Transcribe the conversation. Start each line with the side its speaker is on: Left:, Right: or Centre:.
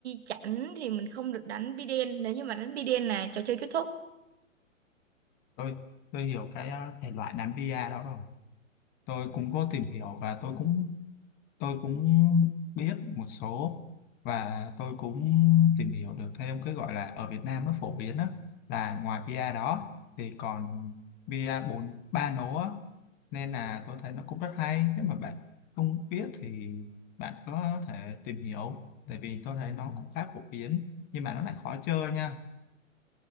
Right: chẵn thì mình không được đánh bi đen nếu như mà đánh bi đen là trò chơi kết thúc
Left: Tôi tôi hiểu cái ờ, thể loại đánh bia đó rồi. Tôi cũng có tìm hiểu và tôi cũng tôi cũng biết một số và tôi cũng tìm hiểu được thêm cái gọi là ở Việt Nam nó phổ biến á là ngoài bia đó thì còn bia bốn ba nố á nên là tôi thấy nó cũng rất hay nếu mà bạn không biết thì bạn có thể tìm hiểu tại vì tôi thấy nó cũng khá phổ biến nhưng mà nó lại khó chơi nha